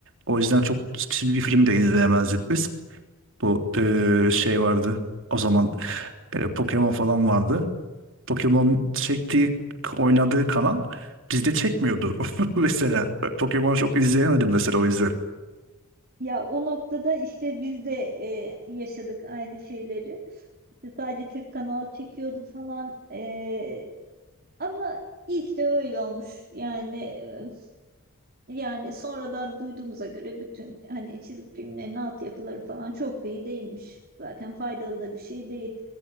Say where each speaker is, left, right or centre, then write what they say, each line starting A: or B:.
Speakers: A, on the right (about 60°); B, on the right (about 45°).
A: O yüzden çok çizgi film de izleyemezdik biz. Bu eee, şey vardı o zaman eee, Pokemon falan vardı. Pokemon çektiği oynadığı kanal bizde çekmiyordu <laughs> mesela. Pokemon çok izleyemedim mesela o yüzden.
B: Ya o noktada işte biz de e, yaşadık aynı şeyleri. İşte sadece tek kanal çekiyordu falan. Ee, Ama iyi ki de öyle olmuş. Yani e, yani sonradan duyduğumuza göre bütün hani çizgi filmlerin altyapıları falan çok da iyi değilmiş. Zaten faydalı da bir şey değil.